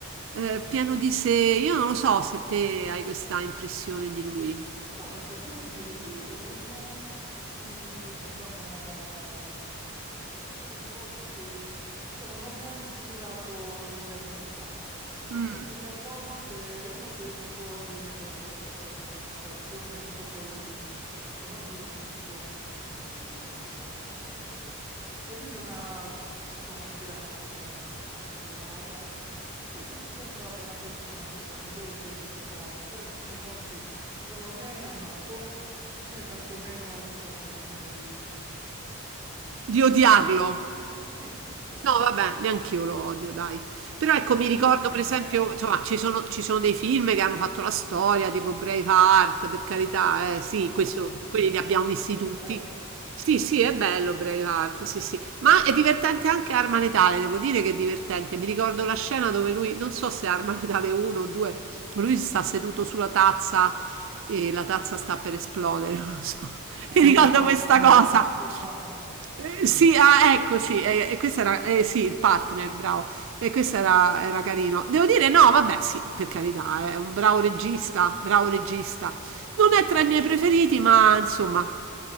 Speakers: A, on the right; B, on the right.
A: eh, pieno di sé, io non lo so se te hai questa impressione di lui.
B: Guarda, devo dire, lui è uno su cui, diciamo, mm, è uno dei pochi che, diciamo, non mi ha ispirato negatività, nel
A: Mm.
B: senso che a volte uno dei motori per, per fare delle annotazioni è proprio quello di, se non di repulsione, comunque di, di contrasto a qualcosa. E lui non ha, diciamo, attirato questa mia- questo mio radar. È per- sembrato una persona, sì, con idee sue peculiari, però in fin dei conti... Non l'ho né amato né tantomeno, diciamo, ho deciso di... mm,
A: Di
B: eh,
A: odiarlo.
B: sì, sì,
A: No, vabbè, neanche io lo odio, dai. Però ecco, mi ricordo
B: sì, tra virgolette,
A: per esempio, insomma, ci sono, ci sono dei film che hanno fatto la storia, tipo Braveheart, per carità, eh, sì,
B: mamma
A: questo,
B: mia.
A: quelli li abbiamo visti
B: È
A: tutti.
B: bello,
A: Sì,
B: sì.
A: sì, è bello Braveheart, sì, sì. Ma è divertente anche Arma Letale, devo dire che è divertente. Mi ricordo la scena dove lui, non so se è Arma Letale 1 o 2, lui sta seduto sulla tazza e la tazza sta per esplodere, <laughs> non lo so. <laughs>
B: Ah
A: Mi ricordo
B: sì, il
A: questa
B: suo,
A: cosa.
B: il suo partner,
A: Eh,
B: sì.
A: sì, ah, ecco, sì, e e questo era, eh, sì, il partner, bravo. E questo era, era carino. Devo dire, no, vabbè, sì, per carità, è un bravo regista, bravo regista. Non è tra i miei preferiti, ma insomma,